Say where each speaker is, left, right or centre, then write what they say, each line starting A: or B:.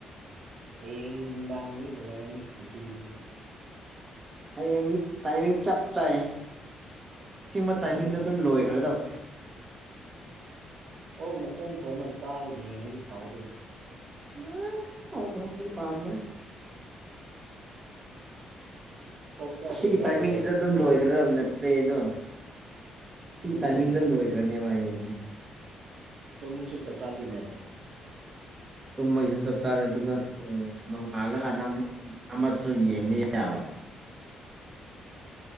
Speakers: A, on the right; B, on the right.
A: ꯍꯌꯦꯡ ꯅꯨꯡꯗꯥꯡꯒꯤꯗꯤ ꯐꯖꯔꯅꯤ ꯉꯁꯤ
B: ꯍꯌꯦꯡꯗꯤ ꯇꯥꯏꯃꯤꯡ ꯆꯞ ꯆꯥꯏ ꯑꯁꯤꯤꯡꯕ
A: ꯆꯞ
B: ꯇꯥꯏꯃꯤꯡꯗ
A: ꯆꯥꯔꯦ ꯀꯩꯅꯣ
B: ꯑꯗꯨꯝ ꯂꯣꯏꯈ꯭ꯔꯗꯕꯅꯦ
A: ꯑꯣꯛ ꯑꯣꯪ ꯃꯈꯣꯡ ꯊꯣꯡꯒ ꯆꯥꯔ ꯌꯦꯡꯉꯗꯤ ꯍꯥꯎꯗꯣꯏꯅꯤ
B: ꯑ ꯍ ꯍꯄꯥꯟ꯭ꯔꯦ
A: ꯑꯣꯛ ꯆꯥꯗꯦ
B: ꯑꯁꯤꯒꯤ
A: ꯆꯥꯗꯦ
B: ꯇꯥꯏꯃꯤꯡꯁꯤꯁꯨ
A: ꯍꯥꯏꯔꯒ
B: ꯑꯗꯨꯝ
A: ꯑꯣꯛ ꯈꯣꯛ
B: ꯂꯣꯏꯒ꯭ꯔꯗꯕꯅꯤ ꯄ꯭ꯂꯦꯗꯣ ꯁꯤꯒꯤ
A: ꯑꯗꯨꯅꯦ
B: ꯇꯥꯏꯃꯤꯡꯗ
A: ꯑꯩꯁꯦ
B: ꯂꯣꯏꯈ꯭ꯔꯅꯦꯕ ꯍꯌꯦꯡꯁꯦ
A: ꯇ ꯃ ꯁ ꯆ ꯆꯗꯟ ꯍꯔꯕ
B: ꯇꯨꯝꯕꯩꯁꯨ ꯆꯞ ꯆꯥꯔꯦ ꯑꯗꯨꯒ ꯎꯝ ꯅꯣꯡꯉꯥꯜꯂꯀꯥꯟꯗ ꯑꯃꯨꯛ ꯑꯃꯁꯨ ꯌꯦꯡꯕ ꯌꯥꯕ
A: <inaudible> <inaudible>